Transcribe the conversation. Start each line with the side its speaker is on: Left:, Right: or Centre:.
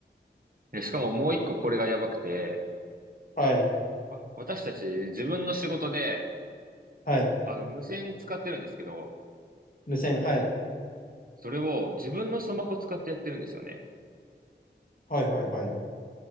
Right: でしかももう一個これがやばくて、
Left: はい。
Right: わ私たち自分の仕事で、
Left: はい。
Right: あの、無線使ってるんですけど、
Left: 無線、はい。
Right: それを自分のスマホ使ってやってるんですよね。
Left: はいはいはい。